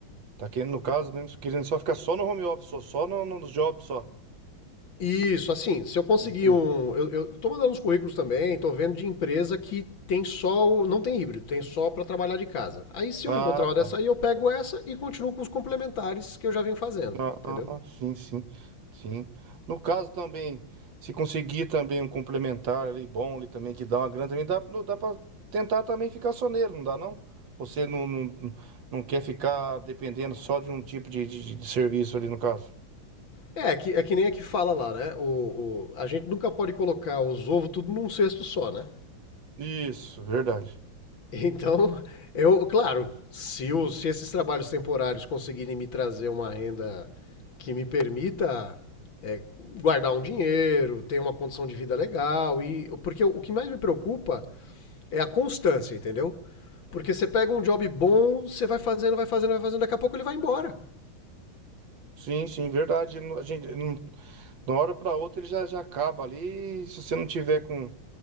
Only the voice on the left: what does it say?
Isso, assim, se eu conseguir
um. Eu, eu tô mandando uns currículos também, tô vendo de empresa que tem só. o- Não tem híbrido, tem só para trabalhar de casa. Aí se
eu encontrar uma
dessa aí, eu pego essa e continuo com os complementares que eu já venho fazendo,
entendeu?
É, é que, é que nem a que fala lá, né? O, o- a gente nunca pode colocar os ovos tudo num cesto só, né?
Então, eu, claro, se, os, se esses trabalhos temporários conseguirem me trazer uma renda que me permita é, guardar um dinheiro, ter uma condição de vida legal, e porque o que mais me preocupa é a constância, entendeu? Porque você pega um job bom, você vai fazendo, vai fazendo, vai fazendo, daqui a pouco ele vai embora.